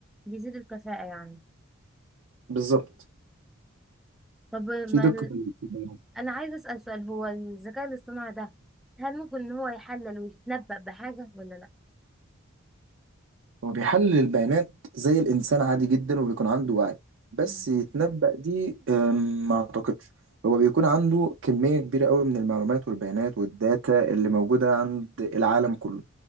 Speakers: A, in the centre; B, on the right (about 60°).
A: بيزيد الكفاءة يعني
B: بالظبط
A: طب ما
B: في دقة في البيان.
A: انا عايزه اسال سؤال هو الذكاء الاصطناعي ده هل ممكن ان هو يحلل ويتنبأ بحاجه ولا لا
B: هو بيحلل البيانات زي الإنسان عادي جدا وبيكون عنده وعي بس
A: مم.
B: يتنبأ دي أم، ما أعتقدش هو بيكون عنده كمية كبيرة قوي من المعلومات والبيانات والداتا اللي موجودة عند العالم كله